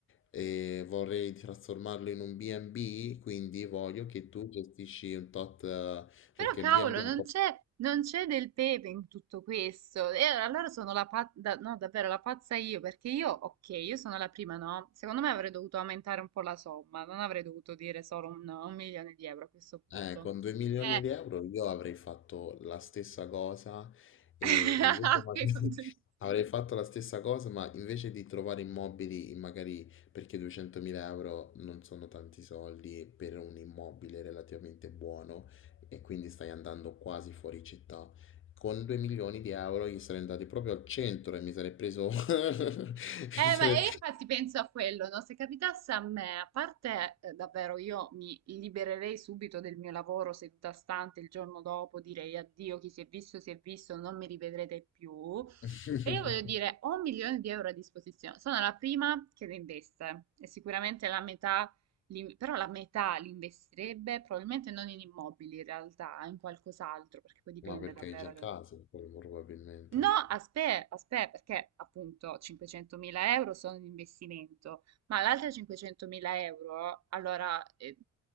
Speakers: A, on the left; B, on the right.
A: eh, vorrei trasformarlo in un B&B, quindi voglio che tu gestisci un tot, eh,
B: Però
A: perché
B: cavolo,
A: il B&B è
B: non
A: un po'
B: c'è non c'è del pepe in tutto questo. E allora sono la pazza, no, davvero la pazza io, perché io, ok, io sono la prima, no? Secondo me avrei dovuto aumentare un po' la somma, non avrei dovuto dire solo un, no, un milione di euro a questo punto.
A: Eh, con 2 milioni
B: Eh,
A: di euro io avrei fatto la stessa cosa e
B: <laughs>
A: invece
B: ok,
A: magari
B: con-
A: <laughs> avrei fatto la stessa cosa, ma invece di trovare immobili, magari perché 200.000 euro non sono tanti soldi per un immobile relativamente buono e quindi stai andando quasi fuori città. Con 2 milioni di euro io sarei andato proprio al centro e mi sarei preso... <laughs> mi
B: Eh,
A: sarei-
B: ma e infatti penso a quello, no? Se capitasse a me, a parte eh, davvero io mi libererei subito del mio lavoro seduta stante il giorno dopo, direi addio, chi si è visto si è visto, non mi rivedrete più.
A: <laughs>
B: E io voglio dire, ho un milione di euro a disposizione, sono la prima che le investe e sicuramente la metà, li- però la metà li investirebbe probabilmente non in immobili in realtà, in qualcos'altro, perché poi dipende
A: Ma perché
B: davvero.
A: hai già casa, probabilmente.
B: No, aspetta, aspetta, perché appunto 500.000 euro sono un investimento, ma l'altra 500.000 euro, allora eh,